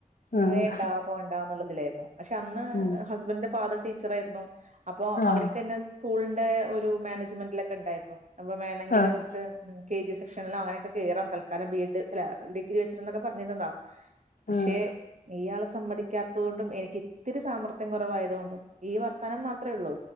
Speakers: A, on the left (about 80°); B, on the right (about 60°).
A: ആഹ്
B: വേണ്ടാ പോണ്ട ണ്ടന്നുള്ളതിലായിരുന്നു പക്ഷെ അന്ന്
A: ഉം
B: ഹസ്ബന്റ്റിന്റെ ഫാദറ് ടീച്ചർ ആയിരുന്നു അപ്പൊ
A: ആഹ്
B: അവർക്ക്ന്നെ സ്കൂളിന്റെ ഒരു മാനേജ്മെന്റിലൊക്കെ ഇ ണ്ടായിരുന്നു അപ്പൊ വേണമെങ്കില്
A: ആഹ്
B: നമുക്ക് കെ ജി സെക്ഷനിൽ അങ്ങനെക്കെ കയറാം തൽക്കാലം ബി എഡ് അല്ല ഡിഗ്രി വച്ചിട്ട്ന്നൊക്കെ പറഞ്ഞീന്നതാ പക്ഷെ
A: ആഹ്
B: ഇയാള് സമ്മതിക്കാത്തത് കൊണ്ടും എനിക്ക് ഇത്തിരി സാമർത്ഥ്യം കൊറവായത് കൊണ്ടും ഈ വർത്താനം മാത്രഉള്ളൂ